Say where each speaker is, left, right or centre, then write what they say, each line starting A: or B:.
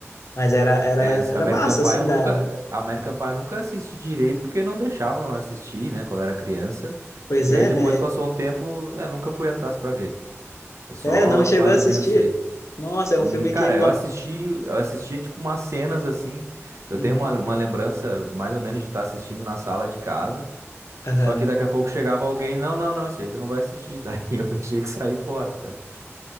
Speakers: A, on the left; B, on the right.
A: mas era, era,
B: É,
A: era
B: American
A: massa,
B: Pie
A: assim,
B: eu nunca,
A: da...
B: American Pie eu nunca assisti direito porque não deixavam eu assistir, né, quando era criança.
A: Pois
B: E
A: é,
B: aí depois
A: né,
B: passou um tempo, eu nunca fui atrás pra ver. Eu só
A: é, não chegou
B: mais
A: a
B: ou
A: assistir,
B: menos sei.
A: nossa, é
B: Hum,
A: um filme
B: Cara,
A: que... ma-
B: eu assisti, eu assistia tipo umas cenas assim. Eu
A: Uhum.
B: tenho uma, uma lembrança mais ou menos de estar assistindo na sala de casa.
A: Aham.
B: Só que daqui a pouco chegava alguém, não, não, não, isso aí tu não vai assistir. <laughs> Daí eu tinha que sair fora, sabe?